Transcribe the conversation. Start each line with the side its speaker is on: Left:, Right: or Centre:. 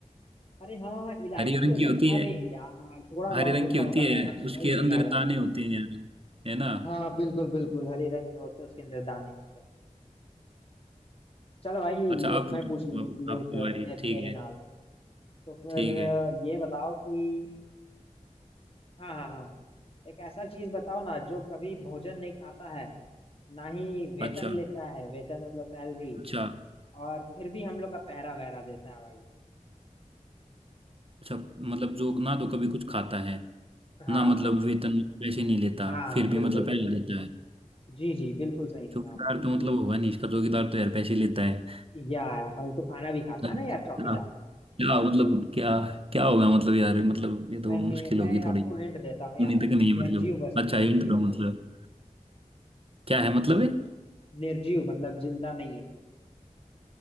Left: अरे हाँ इलायची
Right: हरी रंग
Left: हो
Right: की
Left: सकता
Right: होती
Left: अरे
Right: है
Left: यार थोड़ा सा
Right: हरे
Left: और
Right: रंग
Left: सोचा
Right: की होती
Left: होता
Right: है
Left: ना यार तो सही
Right: उसके
Left: सही
Right: अंदर
Left: आ जाता
Right: दाने
Left: है
Right: होते हैं यार है ना
Left: हाँ बिल्कुल बिल्कुल हरे रंग के होते हैं उसके अंदर दाने होते हैं चलो भाई
Right: अच्छा आप
Left: एक मैं
Right: पूछो,
Left: पूछ लूँ
Right: आप- आपकी
Left: ते,
Right: बारी
Left: तेरे
Right: ठीक
Left: नाल
Right: है
Left: तो फिर
Right: ठीक है
Left: अ, ये बताओ कि हाँ हाँ हाँ एक ऐसा चीज बताओ ना जो कभी भोजन नहीं खाता है ना ही वेतन
Right: अच्छा
Left: लेता है वेतन मतलब सैलरी
Right: अच्छा
Left: और फिर भी हम लोग का पहरा वहरा देता है भाई
Right: अच्छा मतलब जो ना तो कभी कुछ खाता है
Left: हाँ
Right: ना मतलब वेतन पैसे नहीं लेता
Left: हाँ
Right: फिर
Left: बिल्कुल
Right: भी मतलब
Left: बिल्कुल
Right: पहले देता है
Left: जी जी बिल्कुल सही सुना
Right: चौकीदार
Left: आपने
Right: तो मतलब होगा नहीं इसका चौकीदार तो यार पैसे लेता है
Left: या अब तो खाना भी खाता
Right: यार
Left: है ना यार चौकीदार
Right: क्या क्या मतलब क्या क्या होगा मतलब यार मतलब ये तो
Left: मैं
Right: मुश्किल
Left: मैं
Right: होगी थोड़ी
Left: आपको
Right: सुनी
Left: हिंट देता हूँ यार
Right: तक नहीं
Left: कोई निर्जीव
Right: है मतलब
Left: वस्तु
Right: अच्छा
Left: है
Right: इंट
Left: चलिए
Right: दो
Left: बताइए
Right: मतलब क्या है मतलब ये
Left: निर्जीव मतलब जिंदा नहीं है